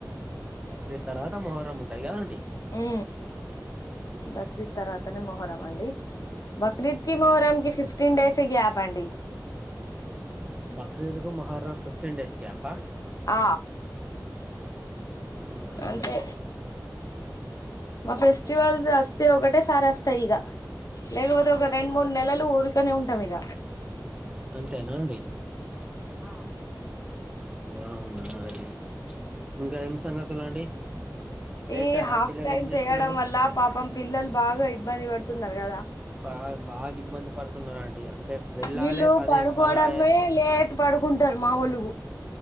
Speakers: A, on the right; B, on the left.
A: బక్రీద్ తర్వాత మొహరం ఉంటది గద అండి
B: ఉ బక్రీద్ తర్వాతనే మొహరం అండి బక్రీద్ కి మొహరం కి ఫిఫ్టీన్ డేస్ గ్యాప్ అండి
A: బకరీదుకు మొహర్ర కు ఫిఫ్టీన్ డేస్ గ్యాపా
B: ఆ
A: అవునా అండి
B: అంతే మా ఫెస్టివల్స్ వస్తే ఒకటే సారి వస్తాయి ఇగ లేకపోతే ఒక రెండు మూడు నెలలు ఊరికనే ఉంటాం ఇగ
A: అంతేనా అండి ఆ అవునారే ఇంకా ఏం సంగతులు అండి లేచారా
B: ఈ హాఫ్
A: పిల్లలు
B: టైమ్
A: ఏం
B: చేయడం
A: చేస్తున్నారు
B: వల్ల పాపం పిల్లలు బాగా ఇబ్బంది పడుతున్నారు కదా
A: బా బాగా ఇబ్బంది పడుతున్నారండి అంటే వెళ్ళాలే
B: వీళ్ళు
A: పదే
B: పడుకోవడమే
A: మళ్ళా
B: లేట్ పడుకుంటారు మా ఒలుగు